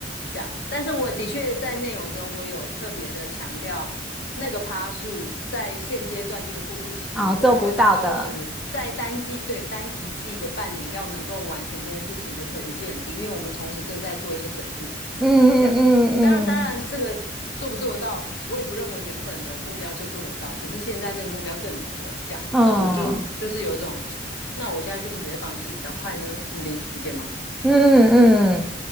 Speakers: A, on the left; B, in the centre.
A: 这样，但是我的确在内容中，我有特别的强调那个趴数在现阶段这个过渡期，
B: 啊、哦做不到的，
A: 我认为达到了可能在单季对单一季的半年要能够完成这件事情的可行性很低，因为我们同时正在做一些整并，
B: 嗯嗯嗯嗯嗯。
A: 这样子。当然，当然这个做不做得到，我也不认为原本的目标就做得到，只是现在那个目标更难了。这样，
B: 嗯
A: 那我就就是有一种，<tsk> 那我现在是不是直接放弃比较快呢？你理解吗？
B: 嗯嗯，